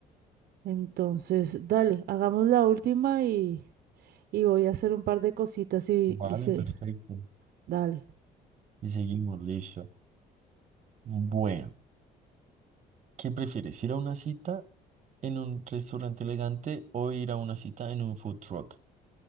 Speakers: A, on the right (about 65°); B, on the right (about 45°).
A: Entonces, dale, hagamos la última y, y voy a hacer un par de cositas y,
B: Vale,
A: y sí,
B: perfecto.
A: dale.
B: Y seguimos, listo. Bueno. ¿Qué prefieres, ir a una cita en un restaurante elegante o ir a una cita en un food truck?